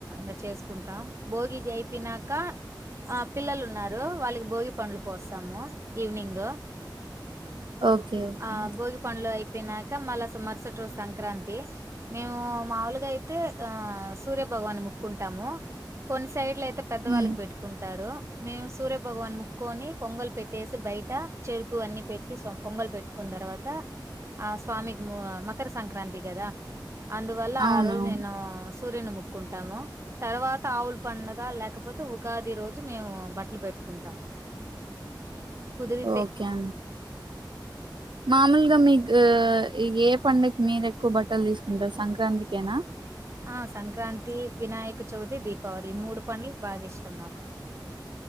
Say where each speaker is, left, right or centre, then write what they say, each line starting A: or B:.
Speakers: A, on the right; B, on the right.
A: ఇ చేసుకుంటాం. భోగి అయిపోనాక ఆ పిల్లలు ఉన్నారు వాళ్ళకి భోగి పండ్లు పోస్తాము ఈవినింగ్.
B: ఓకే ఓకే
A: ఆ బోగి పండ్లోయిపో నక మళ్ళ మరుసటి రోజు సంక్రాంతి. మేము మాముూలుగా అయితే ఆ సూర్యభగవాన్ ముక్కుంటాము కొన్ని సైడ్లు అయితే అయితే పెద్దవాళ్ళకి
B: ఉమ్,
A: పెట్టుకుంటారు. మేము సూర్యభగవాన్ మొక్కొని పొంగల్ పెట్టేసి బయట చెరుకు అన్ని పెట్టి పొంగల్ పెట్టు కున్న తర్వాత ఆ స్వామికి ము మకర సంక్రాంతి కదా. అందువల్ల
B: అవునవును
A: ఆ రోజు నేను సూర్యుని ముక్కుంటాము. తర్వాత ఆవులు పండగ లేకపోతే ఉగాది రోజు మేము బట్టలు పెట్టుకుంటాం. కుదిరితే
B: ఓకే అన్ మామూలుగా మీకు ఏ పండగ మీరు ఎక్కువ బట్టలు తీసుకుంటారు సంక్రాంతికేనా
A: ఆ సంక్రాంతి, వినాయక చవితి, దీపావళి ఈ మూడు పండగలు బాగా ఇష్టం నాకు.